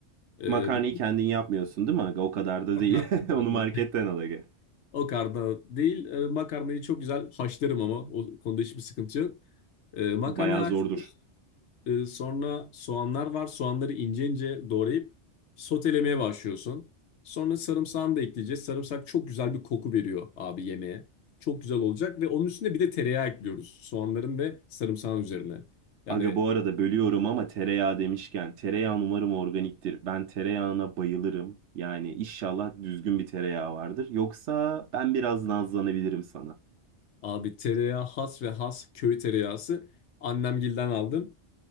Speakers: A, on the left (about 70°); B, on the right (about 75°).
A: Ee,
B: Makarnayı
A: bu
B: kendin yapmıyorsun değil mi aga? O kadar da
A: makarna
B: değil. <laughs>
A: yani
B: Onu marketten al aga.
A: o karna değil. e, makarnayı çok güzel haşlarım ama o konuda hiçbir sıkıntı yok. Ee, makarnayı
B: Bayağı
A: haşlıyoruz.
B: zordur.
A: Ee, sonra soğanlar var. Soğanları ince ince doğrayıp sotelemeye başlıyorsun. Sonra sarımsağını da ekleyeceğiz. Sarımsak çok güzel bir koku veriyor abi yemeğe. Çok güzel olacak ve onun üstüne bir de tereyağı ekliyoruz. Soğanların ve sarımsağın üzerine. Yani
B: Aga bu arada bölüyorum ama tereyağı demişken tereyağın umarım organiktir. Ben tereyağına bayılırım. Yani inşallah düzgün bir tereyağı vardır. Yoksa ben biraz nazlanabilirim sana.
A: Abi tereyağı has ve has köy tereyağısı. Annemgilden aldım.